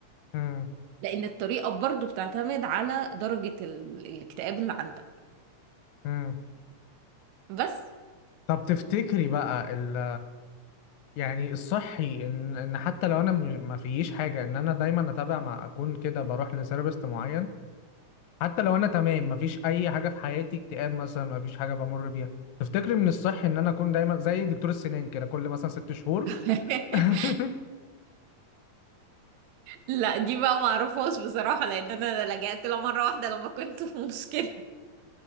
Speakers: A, on the left; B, on the right.
A: امم
B: لان الطريقه برضو بتعتمد على درجه ال... الاكتئاب اللي عندك
A: امم
B: بس
A: طب تفتكري بقى ال يعني الصحي ان ان حتى لو انا مش- ما فيش حاجه ان انا دايما اتابع مع اكون كده بروح لثيرابيست معين حتى لو انا تمام ما فيش اي حاجه في حياتي اكتئاب مثلا ما فيش حاجه بمر بيها تفتكري من الصحي ان انا اكون دايما زي دكتور السنان كده كل مثلا ست شهور
B: <laughs>
A: <laughs>
B: لا دي بقى معرفهاش بصراحه لان انا لجأت لها مره واحده لما كنت في مشكله